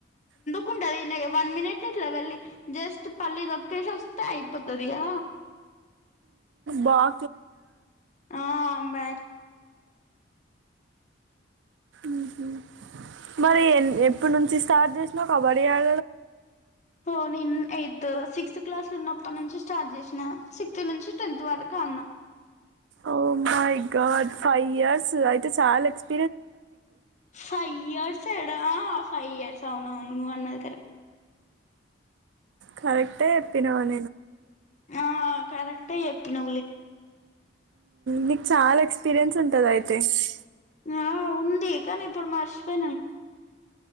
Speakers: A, on the left (about 40°); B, on the right (about 75°).
A: కుండాధు వన్ మినిట్ ఇట్లా వెళ్ళి జస్ట్ పల్లి లొకేషన్ వస్తే అయిపోతుదిగా
B: బుక్‌లైన్‌నా
A: ఆ బ్యాయిక్లా
B: ఉహుమ్ మరి ఎ ఎపుడు నుంచి స్టార్ట్ చేసినా కబడ్డీ ఆడదను
A: సో నేను ఎయిత్ సిక్స్త్ క్లాస్లో ఉన్నప్పటి నుంచి స్టార్ట్ చేసినా సిక్స్త్ నుంచి టెన్త్ వరకు అన్నా
B: oh my god five years అయితే చాలా ఎక్స్పీరియన్స్ ఉంటుంది నీకు
A: ఫైవ్ ఇయర్స్ ఫైవ్ ఇయర్స్ అవునువును వన్నది కరెక్ట్
B: కరెక్టే చెప్పినావా నేను
A: ఆ కరెక్టే చెప్పినవ్ లే
B: నీకు చాలా ఎక్స్పీరియన్స్ ఉంటది. అయితే మ్మ్,
A: ఆ ఉంది కానీ ఇప్పుడు మర్చిపోయినాం. కదా